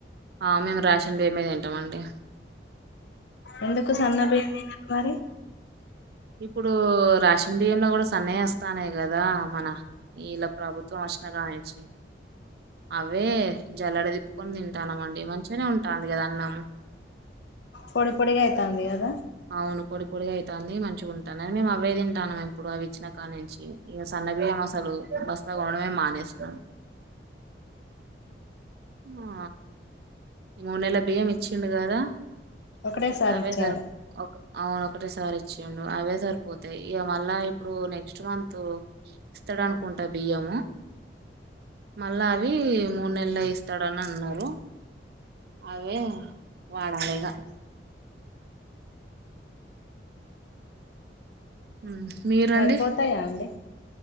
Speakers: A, on the right; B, on the left.
A: ఆ మేము రాషన్ బియ్యమే తింటమండి
B: ఎందుకు సన్నబియ్యం తినరు మరి
A: ఇప్పుడు రాషన్ బియ్యంలో కూడా సన్నయే వస్తున్నాయి కదా మన ఇల్ల ప్రభుత్వం వచ్చిన కానించి అవే జల్లెడ తి పుకొని తింటానమండి మంచిగానే ఉంటాంది కదా అన్నం
B: పొడి పొడిగా అయితాంది కదా
A: అవును పొడి పొడి అయితాంది మంచిగా ఉంటందని మేము అవే తింటానం ఇప్పుడు అవి ఇచ్చిన కా నుంచి ఇక సన్న బియ్యం అసలు బస్తాకోనడమే మానేసినం ఆ మూన్నేల బియ్యం ఇచిండు కదా
B: ఒకటేసారి
A: అవే
B: ఇచ్చారు
A: సరి అవును ఒకటేసారి ఇచ్చిండు అవే సరిపోతాయి ఇక మళ్ళా ఇప్పుడు నెక్స్ట్ మంత్ ఇస్తాడనుకుంటా బియ్యము మళ్ళా అవి మూడు నెల్లై ఇస్తాడని అన్నారు అవే వాడాలిగా ఉమ్ మీరండి
B: సరిపోతాయా అండి